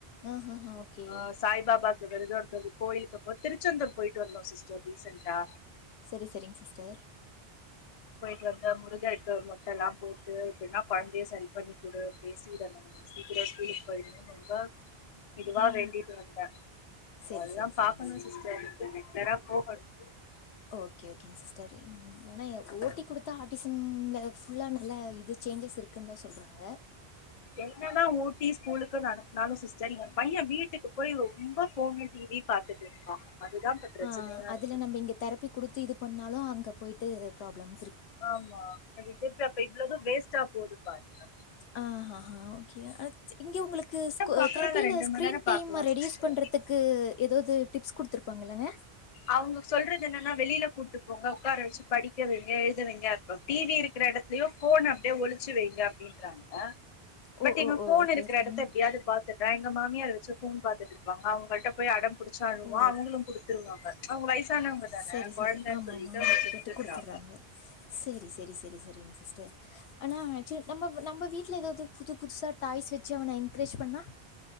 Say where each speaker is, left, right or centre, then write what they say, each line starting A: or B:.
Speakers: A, on the left (about 80°); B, on the left (about 50°).
A: ஆஹஹா. ஓகே.
B: உ சாய் பாபாக்கு விறுதோ எடுத்த கோயிலுக்கு அப்போ திருச்செந்தூர் போயிட்டு வந்தோ சிஸ்டர் ரீசென்டா
A: சரி சரிங்க சிஸ்டர்
B: போயிட்டு வந்த முருகருக்கு மொட்ட எல்லா போட்டு இப்பிடின்னா குழந்தைய சரி பண்ணி குடு பேசிடலா சீக்கிர ஸ்கூலுக்கு போயிருணனு ரொம்ப இதுவா
A: ம்.
B: வேண்டிட்டு வந்தே சோ
A: சரி,
B: அததுதா
A: சரி, சரிங்க
B: பாகக்கணு சிஸ்டர் இ ரெகுலரா போகணு அ <unintelligible>
A: ஓகே ஓகேங்க சிஸ்டர் ஆனா ஓட்டி குடுத்தா ஆரிசம்ல புல்லா நல்ல இது சேஞ்சஸ் இருக்குன்னு தா சொல்றாங்க
B: எங்கனா ஓட்டி ஸ்கூலுக்கு அனுப்புனாலு சிஸ்டர் என் பைய வீட்டுக்கு போய் ரொம்ப போனு டிவி பாத்துட்டு இருக்கா அதுதா இப்ப பிரச்சனையா
A: ஆஹ அதுல
B: இருக்கு
A: நம்ம இங்க தெரப்பி கொடுத்து இது பண்ணாலு அங்க போய்ட் இத பிராபளம்
B: ஆமா அ திருப்பியாப்பா இவளது வேஸ்டா போது பாங்க <unintelligible>
A: ஆஹ்ஹஹ் ஓகே ஆனா இங்க உங்களுக்கு க்கு
B: பாக்கலா
A: தெரப்பியில
B: இல்ல ரெண்டு
A: ஸ்கிரீன்
B: மண் நேரோ
A: டைம
B: பாக்கலா
A: ரெடியூஸ்
B: சிஸ்டர்
A: பண்றதுக்கு ஏதாவது டிப்ஸ் குடுத்துருப்பாங்க இல்லங்க
B: அவங்க சொல்றது என்னன்னா வெளியில கூட்டு போங்க உட்கார வச்சு படிக்க வைங்க எழுதுவங்க அப்பறம் டிவி இருக்கிற இடத்துலயோ போன் அப்படியே ஒளிச்சு வைங்க அப்படின்றாங்க
A: ஓ,
B: பட் இங்க
A: ஓ, ஓ!
B: போன்
A: ஓகே,
B: இருக்கிற
A: ஓகே.
B: இடத்த எப்படியாவது பாத்துறேன் மாமியார் வச்சு போன் பார்த்தட்டு இருக்காங்க அவங்கள்ட்ட போய் அடம்ப புடிச்சி அலுவுவான்
A: ஓ!
B: அவங்களும் குடுத்துருவாங்க வயசானவங்க தானே
A: சரி சரி
B: குழந்தைன்னு
A: ஆமமா
B: சொல்லிட்டு அவங்க குடுத்துடுறாங்க
A: விட்டு கொடுத்துடுறாங்க சரி சரி சரி சரிங்க சிஸ்டர் ஆனா நம்ம நம்ம வீடல ஏதாவது புது புதுசா டாய்ஸ் வச்சு அவனை என்கரேஜ் பண்ணா